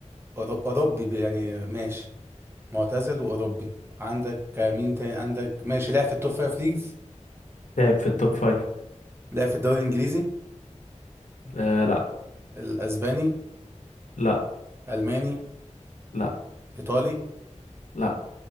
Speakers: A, on the right; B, on the left.
A: أورو- اوروبي بي- يعني ماشي معتزل وأوروبي عندك مين تاني عندك ماشي لعب في التوب فايف ليجز
B: لعب في التوب فايف
A: لعب في الدوري الإنجليزي
B: آه لا
A: الأسباني
B: لا
A: ألماني
B: لا
A: إيطالي
B: لا